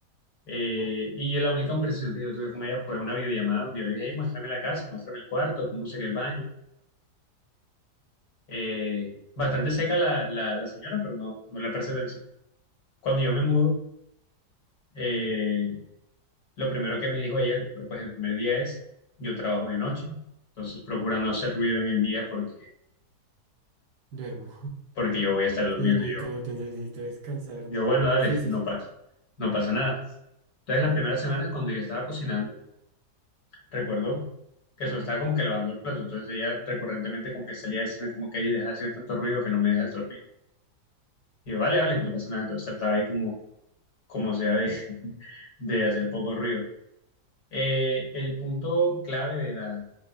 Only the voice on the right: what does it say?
Duermo.
Sí, necesito,
te- necesito descansar,
¿no?
Sí, sí.
sí.